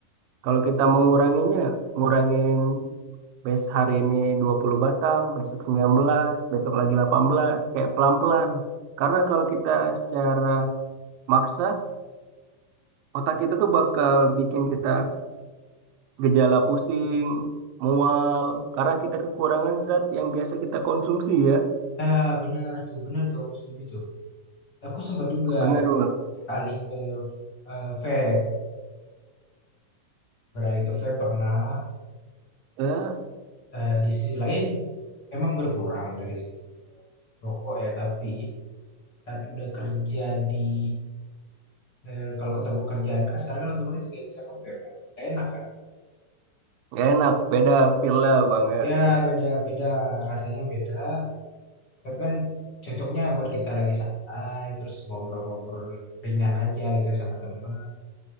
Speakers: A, on the right; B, on the left.
A: Kalau kita menguranginya, ngurangin Bes hari ini 20 batang, besok 19 besok lagi 18 kayak pelan-pelan. Karena kalau kita secara maksa, otak kita tuh bakal bikin kita gejala pusing, mual, karena kita kekurangan zat yang biasa kita konsumsi ya.
B: ah benar tuh benar tuh aku setuju tuh aku sempat juga
A: Bener, Bang.
B: alih ke eh, vape beralih ke vape pernah
A: Ya,
B: Eee, di sisi lain memang berkurang dari segi rokok ya, tapi di saat udah kerja di eee, kalau ketemu kerjaan kasar kan otomatis nggak bisa nge-vape kan, gak enak kan?
A: nggak enak, beda feel lah, Bang ya.
B: Ya beda beda, rasanya beda. Vape kan cocoknya buat kita lagi santai, terus ngobrol-ngobrol ringan aja gitu ya sama teman.